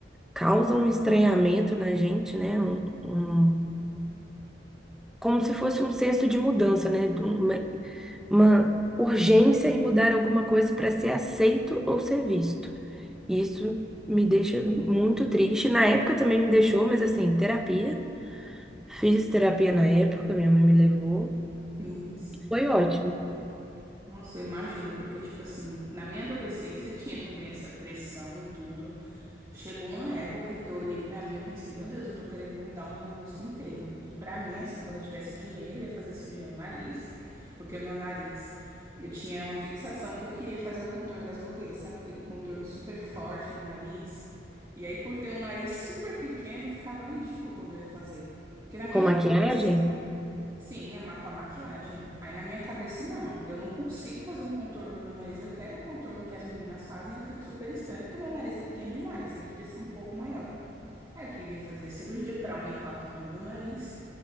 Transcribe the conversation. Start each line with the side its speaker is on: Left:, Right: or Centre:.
Centre: causa um estranhamento na gente, né? Um, um- como se fosse um senso de mudança, né? de um, Uma, uma urgência em mudar alguma coisa para ser aceito ou ser visto. Isso me deixa muito triste. Na época também me deixou, mas assim, terapia. Fiz terapia na época, minha mãe me levou.
Right: Sim, sim.
Centre: Foi ótimo.
Right: Nossa, eu imagino, porque, tipo assim, na minha adolescência tinha também essa pressão e tudo. Chegou uma época que eu olhei pra mim e eu pensei, meu Deus, eu tô querendo mudar o meu rosto inteiro. E pra mim, assim, quando eu tivesse dinheiro, eu ia fazer cirurgia no nariz, porque o meu nariz, eu tinha uma fixação que eu queria fazer o contorno das blogueiras, sabe? Aquele contorno super forte no nariz. E aí, por ter um nariz super pequeno, ficava ridículo quando eu ia fazer. Porque na minha
Centre: Com
Right: cabeça,
Centre: maquiagem?
Right: Sim, é ma- com a maquiagem. Aí na minha cabeça, não. Eu não consigo fazer um contorno no meu nariz. Eu quero o contorno que as meninas fazem, eu fico super estranha, porque meu nariz é pequeno demais. Ele devia ser um pouco maior. Aí eu queria fazer cirurgia para aumentar o tamanho do meu nariz,